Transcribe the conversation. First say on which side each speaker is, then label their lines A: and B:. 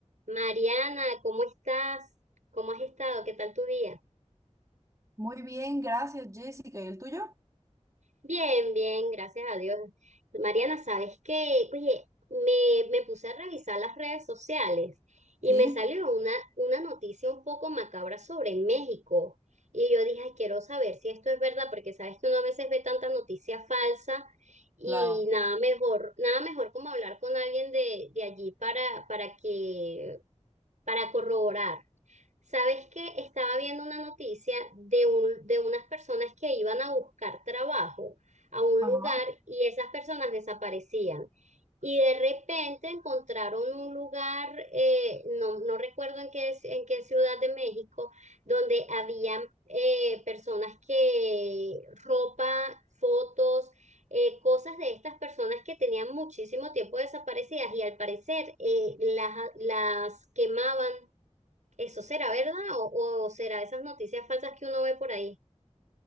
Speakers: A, on the right; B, on the right.
A: Mariana, ¿cómo estás? ¿Cómo has estado? ¿Qué tal tu día?
B: Muy bien, gracias, Jessica. ¿Y el tuyo?
A: Bien, bien, gracias a Dios. Mariana, ¿sabes qué? Oye, me, me puse a revisar las redes sociales y
B: Sí,
A: me salió una, una noticia un poco macabra sobre México. Y yo dije, "Ay, quiero saber si esto es verdad, porque sabes que uno a veces ve tanta noticia falsa y
B: claro.
A: nada mejor, nada mejor como hablar con alguien de, de allí para, para que, para corroborar. ¿Sabes qué? Estaba viendo una noticia de un, de unas personas que iban a buscar trabajo a un
B: Ajá.
A: lugar y esas personas desaparecían. Y de repente encontraron un lugar, eh, no, no recuerdo en qué, en qué ciudad de México, donde habían eh, personas que ropa, fotos, eh, cosas de estas personas que tenían muchísimo tiempo desaparecidas y al parecer eh, las, las quemaban ¿Eso será verdad o, o será esas noticias falsas que uno ve por ahí?